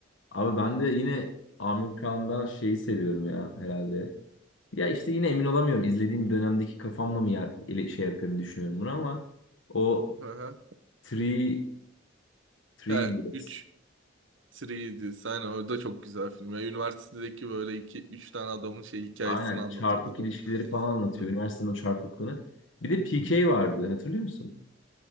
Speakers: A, on the left (about 85°); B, on the right (about 85°).
A: Abi ben de yine Amir Kağan'dan şeyi seviyorum ya herhalde. Ya işte yine emin olamıyorum. İzlediğim dönemdeki kafamla mı yer, ele- şey yapıyorum düşünüyorum bunu ama o
B: Aha.
A: Three, Three
B: Ha,
A: Idiots.
B: üç. 3 sen o da çok güzel film. Ya, üniversitedeki böyle iki üç tane adamın şey hikayesini
A: Aynen
B: anlatıyordu
A: çarpık
B: değil
A: ilişkileri falan anlatıyor.
B: Hı.
A: Üniversitenin o çarpıklığını. Bir de PK vardı hatırlıyor musun?